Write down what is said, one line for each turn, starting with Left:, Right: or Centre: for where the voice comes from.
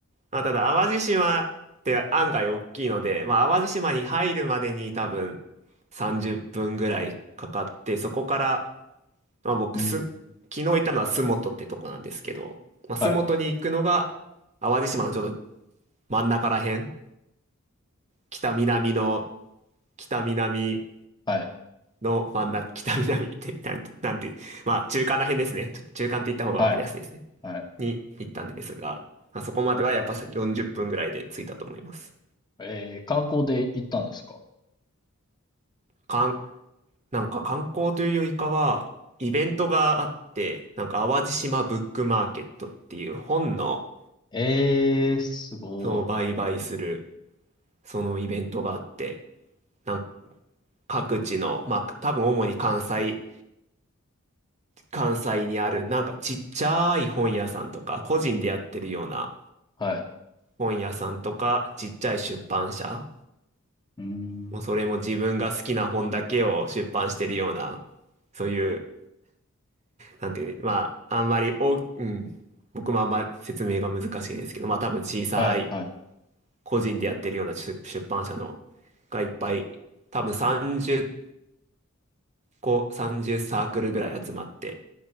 Right: まあただ淡路島って案外大きいので、まあ淡路島に入るまでに多分30分ぐらいかかって、そこからまあ僕す、
Left: うん。
Right: 昨日行ったのは洲本ってとこなんですけど、まあ、洲本に行くのが
Left: はい、
Right: 淡路島のちょうど真ん中らへん、北南の、北南
Left: はい、
Right: の真ん中、北南って、なんて、なんて、まあ中間らへんですね。ちょっと中間って言った方が分かりやすいですね。
Left: はい、はい。
Right: に行ったんですが、まあ、そこまではやっぱ40分ぐらいで着いたと思います。
Left: えー、観光で行ったんですか
Right: かん、なんか観光というよりかは、イベントがあって、なんか淡路島ブックマーケットっていう本の、
Left: ええすごい。
Right: そう、売買する、そのイベントがあって、なんか各地の、まあ多分主に関西、関西にあるなんかちっちゃい本屋さんとか、個人でやってるような
Left: はい。
Right: 本屋さんとか、ちっちゃい出版社、
Left: うーん。
Right: もうそれも自分が好きな本だけを出版してるような、そういう、なんていう、まああんまり大き、うん、僕もあんまり説明が難しいですけど、まあ多分小さい
Left: はい、はい。
Right: 個人でやってるような出出版社のがいっぱい、多分30こう30サークルぐらい集まって、